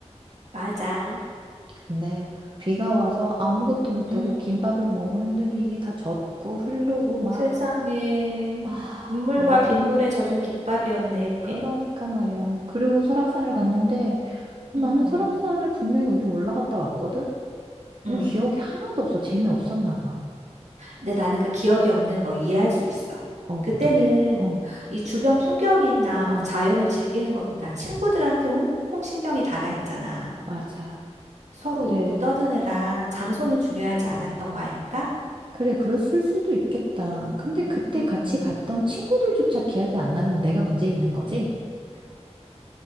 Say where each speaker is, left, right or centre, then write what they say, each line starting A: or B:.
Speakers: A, on the right (about 80°); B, on the right (about 45°).
A: 맞아.
B: 근데 비가 와서 아무것도 못하고
A: 음.
B: 김밥을 먹는데도 이게 다 젖고 흐르고 막,
A: 세상에.
B: 아,
A: 눈물과
B: 너무,
A: 빗물에 젖은 김밥이었네.
B: 그러니까 말이야. 그리고 설악산을
A: 어.
B: 갔는데 나는
A: 음.
B: 설악산을 분명히 우리 올라갔다 왔거든? 뭐
A: 음.
B: 기억이 하나도 없어. 재미없었나 봐.
A: 근데 나는 그 기억이 없는 거 이해할 수 있어.
B: 어,
A: 그때는
B: 어떡해. 어,
A: 이 주변 풍경이나
B: 아,
A: 막 자연을 즐기는 것보다 친구들한테 온통 신경이 다가 있잖아.
B: 맞아.
A: 서로
B: 그래.
A: 웃고 떠드느라 장소는 중요하지 않았던 거 아닐까?
B: 그래, 그랬을 수도 있겠다. 근데 그때
A: 음.
B: 같이 갔던 친구들조차 기억이 안 나면 내가 문제 있는 거지?